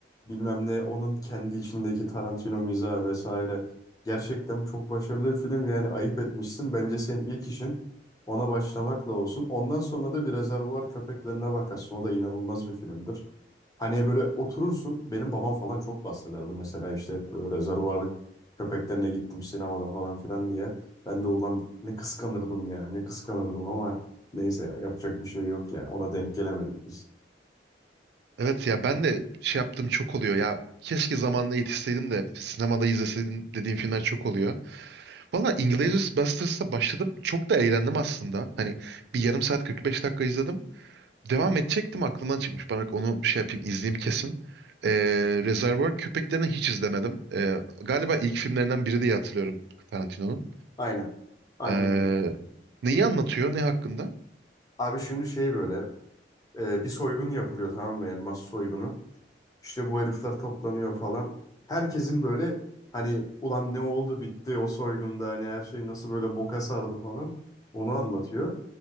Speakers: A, on the left; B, on the right.
A: bilmem ne onun kendi içindeki Tarantino mizahı vesaire. Gerçekten çok başarılı bir film yani ayıp etmişsin. Bence senin ilk işin ona başlamakla olsun. Ondan sonra da bir Rezervuar Köpeklerine bakarsın. O da inanılmaz bir filmdir. Hani böyle oturursun. Benim babam falan çok bahsederdi mesela işte hep böyle Rezervuar Köpeklerine gittim sinemada falan filan diye. Ben de ulan ne kıskanırdım ya ne kıskanırdım ama neyse ya, yapacak bir şey yok ya. Ona denk gelemedik biz.
B: Evet ya ben de şey yaptığım çok oluyor ya. Keşke zamanında yetişseydim de sinemada izleseydim dediğim filmler çok oluyor. Valla Inglourious Basterds'la başladım. Çok da eğlendim aslında. Hani bir yarım saat 45 dakika izledim. Devam edecektim aklımdan çıkmış. Bana onu şey yapayım izleyeyim kesin. Ee, Reservoir Köpeklerini hiç izlemedim. Ee, galiba ilk filmlerinden biri diye hatırlıyorum Tarantino'nun.
A: Aynen. Aynen
B: Ee,
A: öyle.
B: neyi anlatıyor? Ne hakkında?
A: Abi şimdi şey böyle e, bir soygun yapılıyor tamam mı? Yani mas soygunu. İşte bu herifler toplanıyor falan. Herkesin böyle hani ulan ne oldu bitti o soygunda hani her şey nasıl böyle boka sardı falan. Onu anlatıyor.